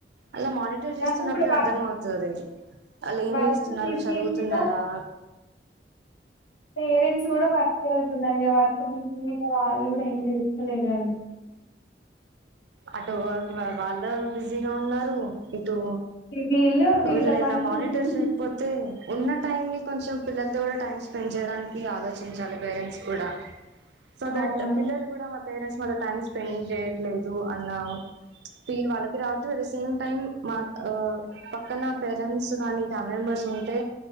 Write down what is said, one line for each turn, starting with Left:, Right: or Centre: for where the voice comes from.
Right: అలా మానిటర్
Left: కానీ
Right: చేస్తున్నప్పుడే
Left: ఇప్పుడు వ
Right: అర్థం అవుతది వాళ్లేం
Left: వర్క్
Right: చేస్తున్నారు
Left: బిజీ
Right: చదువుతున్నారా
Left: మీద పేరెంట్స్ కూడా వర్క్ వెళ్తున్నారు ఇగ వర్క్ బిజి మీద వాళ్ళు కూడా ఏం తెలుసుకోలేరు.
Right: అటు వర్క్లో వాళ్ళు బిజీగా ఉన్నారు. ఇట్ టూ
Left: వీళ్ళు వీళ్ళ
Right: వీళ్ళనీ
Left: పనులు
Right: ఇలా మానిటర్
Left: వీళ్ళ
Right: చేయకపోతే ఉన్నట్ టైమ్ ని కొంచెం పిల్లలతో కూడా టైం స్పెండ్ చేయడానికి ఆలోచించాలి పేరెంట్స్ కూడా సో దట్
Left: అవును
Right: పిల్లలు కూడా మా పేరెంట్స్ మాతో టైం స్పెండ్ చేయట్లేదు. ఉ అన్న ఫీల్ వాళ్ళకి రావద్దు. సేమ్ టైమ్ మావో పక్కన పేరెంట్స్ కానీ ఫ్యామిలీ మెంబర్స్ ఉంటే